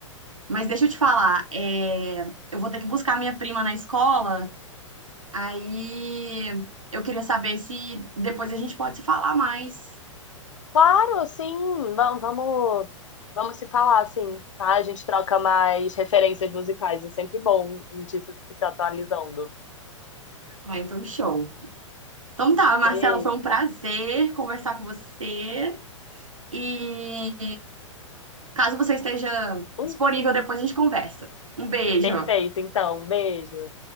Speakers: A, on the right; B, on the left.
A: Mas deixa eu te falar, é, eu vou ter que buscar minha prima na escola Aí eu queria saber se depois a gente pode se falar mais.
B: Claro, sim, vamos, vamos, vamos se falar, sim, tá? A gente troca mais referências musicais, é sempre bom a gente ir se, se atualizando.
A: Ah, então show. Então tá, Marcela,
B: Beijo.
A: foi um prazer conversar com você. E caso você esteja
B: Ui,
A: disponível, depois a gente conversa. Um beijo.
B: perfeito, então, beijo.